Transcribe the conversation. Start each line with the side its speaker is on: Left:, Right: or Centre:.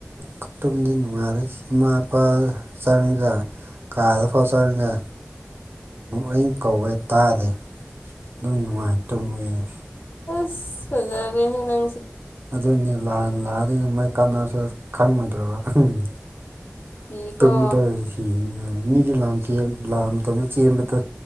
Right: ꯈꯨ ꯇꯨꯝꯗꯤ ꯅꯨꯡꯉꯥꯏꯔꯦ ꯏꯃꯥ ꯏꯄꯥ ꯆꯪꯒ ꯀꯥꯗ ꯐꯥꯎ ꯆꯡꯉꯒ ꯃꯤꯡ ꯀꯧꯋꯦ ꯇꯥꯗꯦ ꯑꯗꯨꯝ ꯅꯨꯡꯉꯥꯏ ꯇꯨꯝꯃꯒꯦ
Left: ꯑꯁ ꯐꯖꯔꯦꯍꯦ ꯅꯪ
Right: ꯑꯗꯨꯅꯤ ꯂꯥꯟ ꯂꯥꯛꯑꯗꯤ ꯅꯣꯡꯃꯩ ꯀꯥꯞꯅꯕꯗꯨ ꯈꯪꯉꯣꯏꯗ꯭ꯔꯣ ꯈꯪꯅꯤ
Left: ꯀꯤꯀꯣ
Right: ꯇꯨꯝꯗꯦ ꯁꯤꯅꯤꯍꯦ ꯃꯤꯗꯤ ꯂꯥꯟ ꯆꯦꯟ ꯂꯥꯟ ꯇꯧꯅꯤ ꯆꯦꯟꯕꯗ